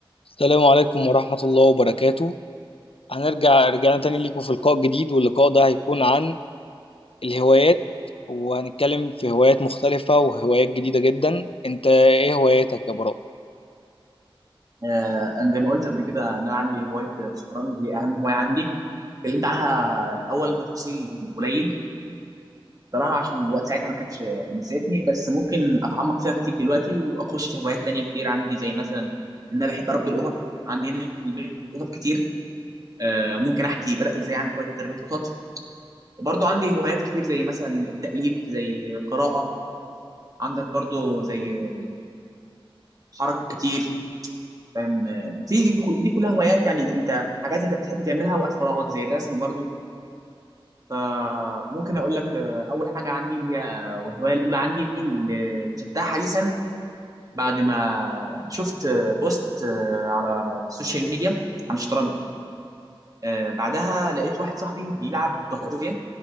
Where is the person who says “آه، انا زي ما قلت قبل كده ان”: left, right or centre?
Right